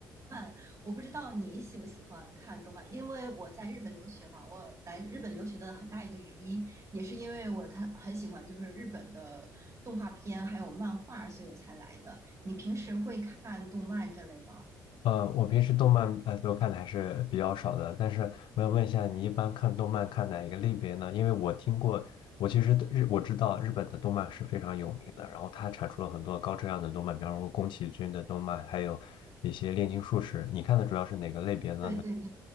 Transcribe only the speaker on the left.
呃，我平时动漫呃都看的还是比较少的，但是我想问一下，你一般看动漫看哪一个类别呢？因为我听过，我其实对日我知道日本的动漫是非常有名的，然后它产出了很多高质量的动漫，比方说宫崎骏的动漫，还有一些炼金术士。你看的主要是哪个类别呢？